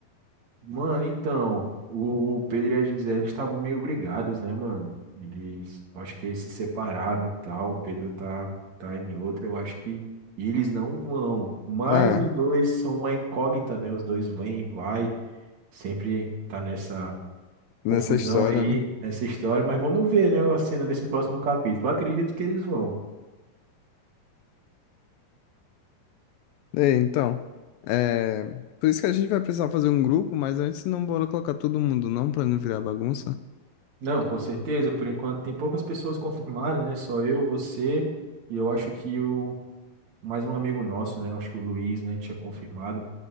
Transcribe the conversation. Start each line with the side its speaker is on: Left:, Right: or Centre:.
Right: Mano, então, o o Pedro e a Gisele estavam meio brigados, né, mano? Eles, acho que eles se separaram e tal. O Pedro tá, tá em outra, eu acho que eles não vão. Mas
Left: Ah,
Right: os dois são uma incógnita, né? Os dois vêm e vai, sempre tá nessa
Left: nessa
Right: confusão
Left: história,
Right: aí,
Left: né?
Right: nessa história. Mas vamos ver, né, a cena desse próximo capítulo. Eu Acredito que eles vão.
Left: É, então. É, por isso que a gente vai precisar fazer um grupo, mas antes não bora colocar todo mundo, não, pra não virar bagunça.
Right: Não, com certeza, por enquanto tem poucas pessoas confirmadas, né? Só eu, você. E eu acho que o Mais um amigo nosso, né? Acho que o Luiz, né, tinha confirmado.